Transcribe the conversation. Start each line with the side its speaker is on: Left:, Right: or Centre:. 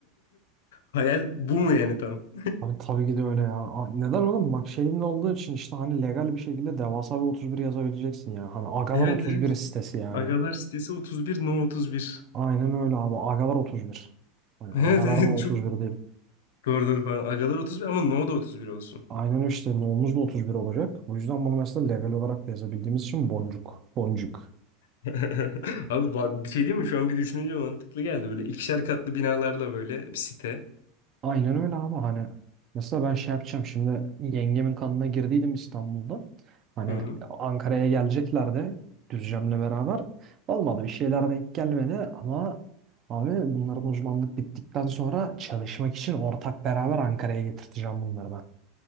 Left: Hayal bu mu yani tam?
Right: Abi tabii ki de öyle ya. A- Neden oğlum? Bak şeyin olduğu için işte hani legal bir şekilde devasa bir 31 yazabileceksin ya. Hani agalar
Left: Evet
Right: 31
Left: evet.
Right: sitesi yani.
Left: Agalar sitesi 31, no 31. <laughs>
Right: Aynen öyle abi. Agalar 31. Yani
Left: Evet
Right: agalar
Left: evet.
Right: da 31
Left: Çok
Right: değil.
Left: doğru doğru falan. Agalar 31 ama no da 31 olsun.
Right: Aynen işte nohumuz da 31 olacak. Bu yüzden bunu mesela legal olarak da yazabildiğimiz için boncuk. Boncuk.
Left: <laughs> Abi ba- bir şey değil mi? Şu an bir düşününce mantıklı geldi. Böyle ikişer katlı binalarla böyle bir site.
Right: Aynen öyle abi hani mesela ben şey yapacağım şimdi yengemin kanına girdiydim İstanbul'da. Hani
Left: Hı hı.
Right: Ankara'ya gelecekler de Düzcem'le beraber. Olmadı bir şeyler denk gelmedi ama abi bunların uzmanlık bittikten sonra çalışmak için ortak beraber Ankara'ya getirteceğim bunları ben.